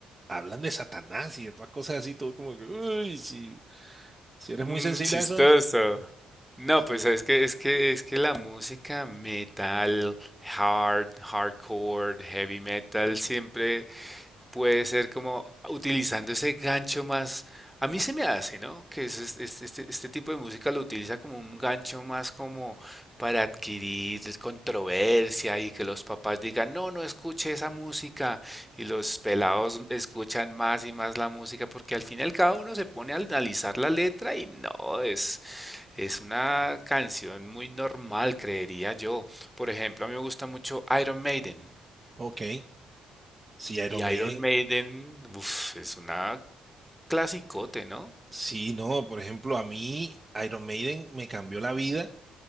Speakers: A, on the right (about 20°); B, in the centre.
A: hablan de Satanás y de todas cosas así, todo como que, uy, si, si eres
B: Mm,
A: muy sensible
B: chistoso.
A: a eso,
B: No,
A: Sí.
B: pues es que es que es que la música metal, hard, hardcore, heavy metal siempre puede ser como utilizando ese gancho más, a mí se me hace, ¿no? Que es es- es- este, este tipo de música lo utiliza como un gancho más como para adquirir controversia y que los papás digan, no, no escuche esa música y los pelados escuchan más y más la música porque al final cada uno se pone a analizar la letra y no, es, es una canción muy normal, creería yo. Por ejemplo, a mí me gusta mucho Iron Maiden.
A: ok, si Iron
B: Y
A: Maiden,
B: Iron Maiden, uff, es una clasicote, ¿no?
A: sí, no, por ejemplo, a mí Iron Maiden me cambió la vida.